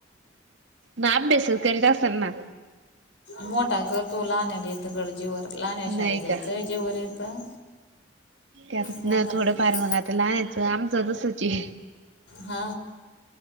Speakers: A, on the right; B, on the left.
A: ना अभ्यास करत असेल ना
B: मोठा करतो लाण्याला येतं गडजेवर लाण्या शाळे
A: नाही
B: जायचं
A: का?
B: जेवर येतं
A: त्यात
B: मोठा
A: न थोडंफार मग आता लहायचं आमचं तसची
B: हा